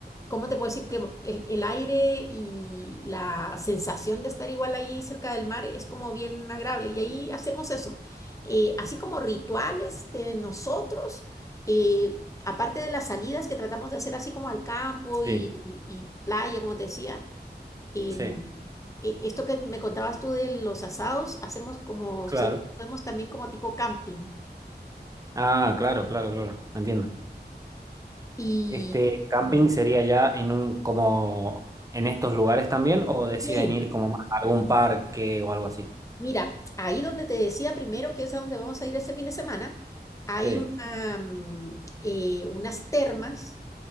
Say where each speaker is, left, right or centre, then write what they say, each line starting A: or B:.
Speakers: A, on the left; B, on the right.
A: ¿cómo te puedo decir que el, el aire y la sensación de estar igual ahí cerca del mar es como bien agradable? Y ahí hacemos eso. Eh, así como rituales de nosotros, eh, aparte de las salidas que tratamos de hacer así como al campo
B: Sí,
A: y, y- y playa, como te decía, em,
B: sí,
A: e- esto que me contabas tú de los asados, hacemos como
B: claro.
A: siempre podemos también como tipo camping.
B: Ah, claro, claro, claro, entiendo.
A: Y
B: ¿Este camping sería ya en un, como en estos lugares también o deciden
A: sí,
B: ir como más a algún parque o algo así?
A: Mira, ahí donde te decía primero que es a donde vamos a ir este fin de semana, hay
B: Sí,
A: una, mm, eh, unas termas